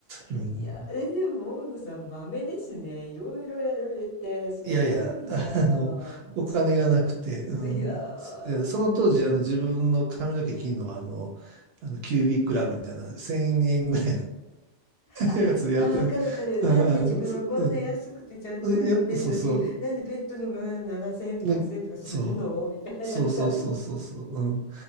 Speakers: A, on the right; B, on the left.
A: うん、
B: いや、え、でも、大野さん、豆ですね。いろいろやられて、すごいなあ。
A: いやいや、あの、お金がなくて、
B: うん。
A: うん、
B: いやー、
A: でその当時、
B: そんな。
A: あの、自分の髪の毛切るのは、あの、あの、QB クラブみたいな、1000円ぐらい
B: あ、
A: の <laughs> やつでやってる、
B: あー、わかるわかる。
A: うんうんそうん
B: なんで自分はこんな安くてちゃんとやってるのに、
A: うんいや、そうそう、
B: なんでペットのが7000円とか8000円とかするのみたいな感じ。
A: ね、そう。そうそうそうそうそう、うん。